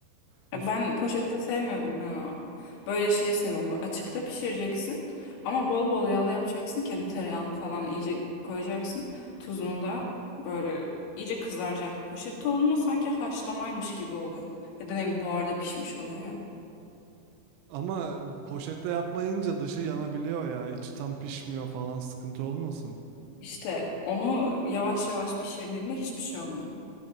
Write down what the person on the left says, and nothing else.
Ya
Ben poşette sevmiyorum ya. Böyle şey seviyorum. Böyle Açıkta pişireceksin ama bol bol yağlı yapacaksın. Kendi tereyağını falan iyice koyacaksın. Tuzunu da böyle iyice kızaracak. Poşette olduğunda sanki haşlamaymış gibi oluyor. Ya da ne bileyim buharda pişmiş oluyor ya.
İşte onu yavaş yavaş pişirdiğinde hiçbir şey olmuyor.